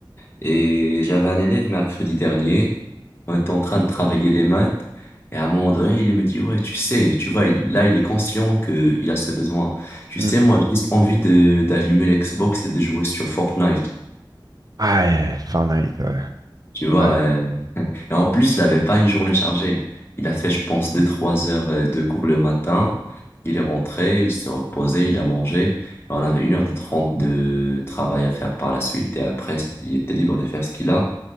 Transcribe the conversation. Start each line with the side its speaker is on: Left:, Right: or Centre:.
Left: Et j'avais un élève mercredi dernier, on était en train de travailler les maths, et à un moment donné, il me dit, ouais, tu sais, tu vois, il- là, il est conscient que il a ce besoin. Tu
Right: Hmm.
Left: sais, moi, j'ai juste envie de d'allumer l'Xbox et de jouer sur Fortnite.
Right: Ouais, Fahrenheit, ouais.
Left: Tu vois,
Right: Ouais.
Left: euh, Et en plus, il n'avait pas une journée chargée. Il a fait, je pense, deux-trois heures euh, de cours le matin. Il est rentré, il s'est reposé, il a mangé. Et on avait une heure de 30 de travail à faire par la suite. Et après, c'était, il était libre de faire ce qu'il a,